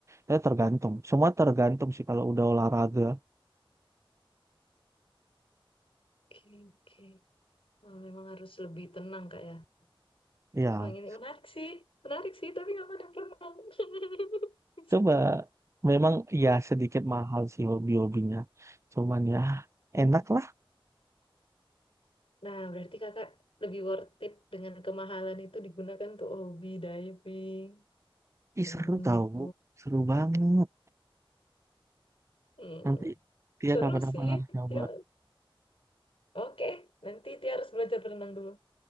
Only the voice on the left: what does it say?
oke. Wah, memang harus lebih tenang kak ya.
Tapi memang ini menarik sih. Menarik sih, tapi nggak pada perenang. <laughs>
Sedih.
Mm.
Nah, berarti kakak lebih worth it dengan kemahalan itu digunakan untuk hobi diving,
naik
gunung.
Hmm.
Seru
sih.
Tia. Oke, nanti Tia harus belajar berenang dulu.